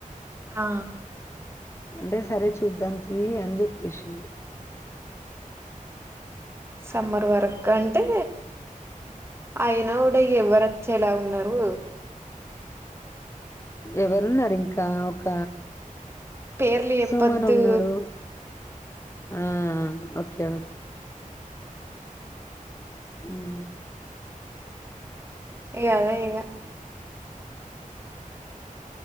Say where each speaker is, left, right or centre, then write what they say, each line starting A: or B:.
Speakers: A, on the right; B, on the left.
A: ఆ
B: అంటే సరే చూద్దాం తి అని చెప్పేసిండు
A: సమ్మర్ వరక్ అం అంటే అయన కూడా ఎవ్వరోచ్చే లాగా ఉన్నారు
B: ఎవరున్నారు ఇంకా ఒక
A: పేర్లు చెప్పదు
B: సుమన్ ఉన్నాడు ఆ ఓకే ఓకే హ్మ్
A: ఇగ అదే ఇగ